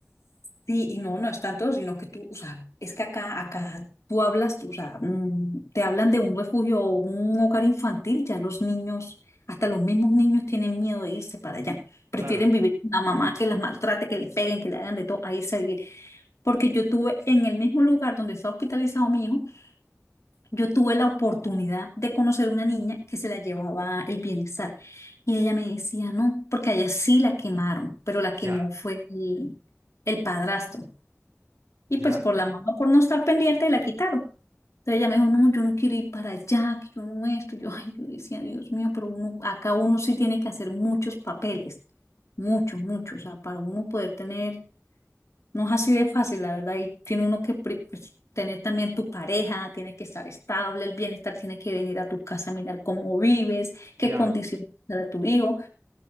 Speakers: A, on the left; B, on the right.
A: Sí, y no, no están todos, sino que tú, o sea, es que acá, acá tú hablas, tú, o sea, mm, te hablan de un refugio o un hogar infantil, ya los niños, hasta los mismos niños tienen miedo de irse para allá. Prefieren
B: Claro,
A: vivir con una mamá que las maltrate, que les peguen, que le hagan de todo, a irse a vivir. Porque yo tuve en el mismo lugar donde está hospitalizado mi hijo, yo tuve la oportunidad de conocer una niña que se la llevaba el bienestar. Y ella me decía, no, porque allá sí la quemaron, pero la quemó
B: ya,
A: fue el el padrastro. Y
B: ya,
A: pues por la mamá, por no estar pendiente, la quitaron. Entonces ella me dijo, no, yo no quiero ir para allá, que yo no esto. Yo, ay, yo decía, Dios mío, pero uno, acá uno sí tiene que hacer muchos papeles, muchos, muchos. O sea, para uno poder tener, no es así de fácil, la verdad, y tiene uno que pri- pues, tener también tu pareja, tiene que estar estable, el bienestar tiene que venir a tu casa a mirar cómo vives,
B: ya.
A: qué condiciones para tu hijo.